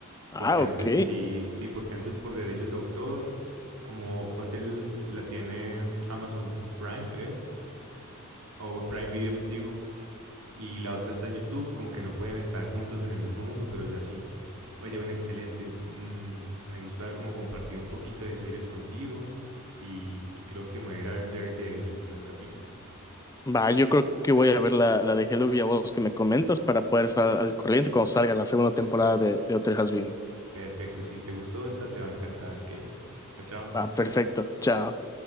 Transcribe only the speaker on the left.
Ah,
ok.
Va, yo creo que voy a ver la, la de Hello Villalobos que me comentas para poder estar al corriente cuando salga la segunda temporada de, de Hotel has Been.
Va, perfecto. Chao.